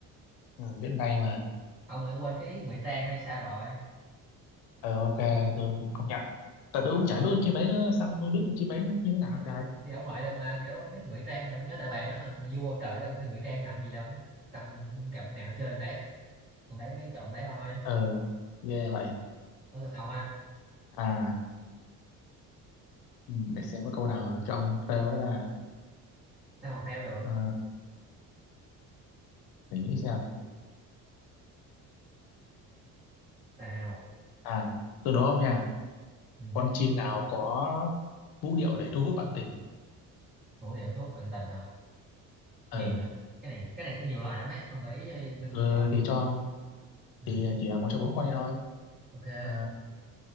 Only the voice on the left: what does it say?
ừ, biết ngay mà
ừ, ok
tôi cũng công nhận tại tôi cũng chả biết con chim đấy nữa sao tôi biết con chim đấy nó như thế nào
trời
ờ ghê vậy
à ừ, để xem có câu nào cho ông fail ấy là
ờ, để nghĩ xem
à tôi đố ông nha
con chim nào có vũ điệu để thu hút bạn tình
ờ
ừ
thì cho ông
thì chỉ là một trong bốn con đi thôi
Ờ,